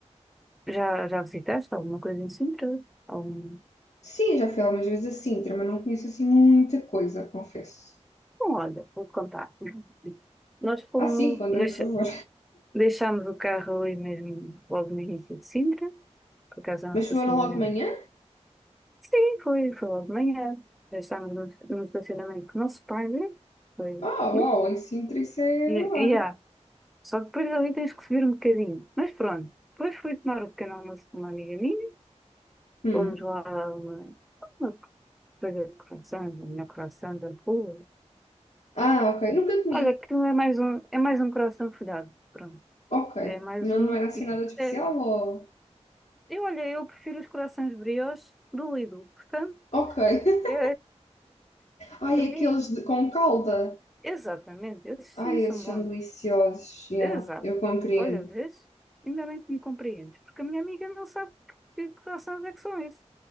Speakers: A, in the centre; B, on the left (about 70°).
A: já, já visitaste alguma coisa em Sintra? Algum...
B: Sim, já fui algumas vezes a Sintra, mas não conheço assim muita coisa, confesso.
A: Bom, olha, vou-te contar. <laughs> Nós fomos,
B: Ah, sim, conta-me,
A: deixa,
B: por favor.
A: deixámos o carro ali mesmo, logo no início de Sintra. Por acaso, é
B: Mas
A: um estacionamento.
B: foram logo de manhã?
A: Sim, foi, foi logo de manhã. Já estávamos num num estacionamento que não se paga. Foi.
B: Ah,
A: hum,
B: uau, em Sintra isso é
A: E,
B: milagre.
A: e há. Só depois ali tens que subir um bocadinho. Mas pronto. Depois fui tomar o pequeno almoço com uma amiga minha.
B: Hum.
A: Fomos lá a uma, uma coisa de croissants, a melhor croissant da rua.
B: Ah, ok. Nunca comi.
A: Olha, aquilo é mais um, é mais um coração folhado. Pronto.
B: Ok.
A: É mais
B: Não,
A: um.
B: não era assim
A: E,
B: nada de especial
A: é,
B: ou...
A: eu, olha, eu prefiro os corações brioches do Lidl. Portanto,
B: Ok. <laughs>
A: é, <laughs>
B: Ai,
A: para
B: aqueles
A: mim,
B: de- com calda.
A: exatamente. Esses
B: Ai,
A: sim são
B: esses
A: bons.
B: são deliciosos. Já,
A: Exato.
B: eu compreendo.
A: Olha, vês? Ainda bem que me compreendes, porque a minha amiga não sabe que, que croissants é que são esses.